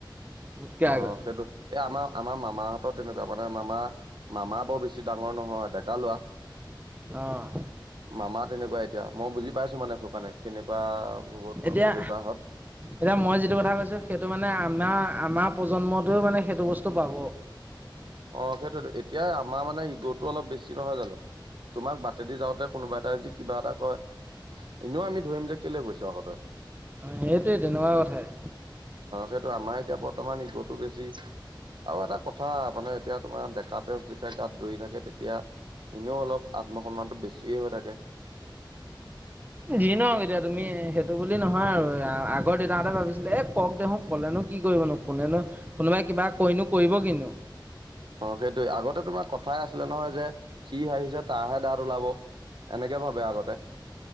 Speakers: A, on the right; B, on the right.
A: মোতকে
B: অ'
A: আগত
B: সেইটো এ আমাৰ আমাৰ মামাহঁতৰ তেনেকুৱা মানে, মামা মামা বৰ বেছি ডাঙৰ নহয় ডেকা ল'ৰা।
A: অ'।
B: মামা তেনেকুৱা এতিয়া, মই বুজি পাইছো মানে সৈকাৰনে কেনেকুৱা হ'ব তোমালোকৰ
A: এতিয়া
B: দেউতাহঁত।
A: এতিয়া মই যিটো কথা কৈছো সেইটো মানে আমাৰ আমাৰ প্ৰজন্মতও মানে সেইটো বস্তু পাব।
B: অ' সেইটোৱেটো, এতিয়া আমাৰ মানে ইগ'টো অলপ বেছি নহয় জানো? তোমাক বাটেদি যাওঁতে কোনোবা এটাই যদি কিবা এটা কয়। এনেও আমি ধৰিম যে কেলে কৈছ আকৌ তই?
A: সেইটোৱেই তেনেকুৱা কথাই।
B: সেইটো আমাৰ এতিয়া বৰ্তমান ইগ'টো বেছি, আৰু এটা কথা। মানে এতিয়া তোমাৰ ডেকাতেজ যেতিয়া গাত দৌৰি থাকে, তেতিয়া এনেও অলপ আত্মসন্মানটো বেছিয়ে হৈ থাকে।
A: যি নহওঁক এতিয়া তুমি সেইটো বুলি নহয় আৰু, আগৰ দেউতাহঁতে ভাবিছিলে এ কওঁক দে হওঁক ক'লেনো কি কৰিব নো। কোনে নো কোনোবাই কিবা কৈনো কৰিব কি নো?
B: অ' সেইটোৱে, আগতে তোমাৰ কথাই আছিলে নহয় যে সি আহিছে তাৰাহে দাঁত ওলাব। এনেকে ভাবে আগতে।